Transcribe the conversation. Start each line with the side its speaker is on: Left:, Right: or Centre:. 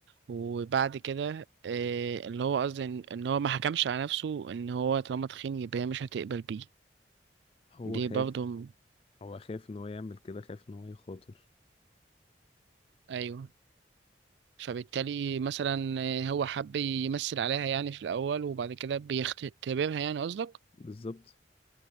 Right: وبعد كده آه، اللي هو قصدي ان إن هو ما حكمش على نفسه ان هو طالما تخين يبقى هي مش هتقبل بيه
Left: هو
Right: دي
Left: خاف
Right: برضه م-
Left: هو خاف ان هو يعمل كده خاف ان هو يخاطر
Right: ايوه فبالتالي مثلا آه، هو حب يمثل عليها يعني في الاول وبعد كده بيختبرها يعني قصدك
Left: بالظبط